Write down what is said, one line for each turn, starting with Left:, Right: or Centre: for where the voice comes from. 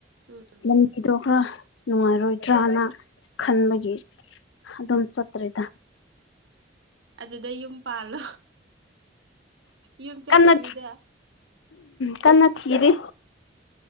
Right: ꯎꯝ
Left: ꯂꯝꯕꯤꯗꯣ ꯈꯔ ꯅꯨꯡꯉꯥꯏꯔꯣꯏꯗ꯭ꯔꯅ ꯈꯟꯕꯒꯤ ꯑꯗꯨꯝ ꯆꯠꯇ꯭ꯔꯦꯗ꯫
Right: ꯑꯗꯨꯗ ꯌꯨꯝ ꯄꯥꯜꯂꯣ꯫ ꯌꯨꯝ ꯆꯠꯇꯕꯤꯗ
Left: ꯀꯟꯅ ꯀꯟꯅ ꯊꯤꯔꯤ꯫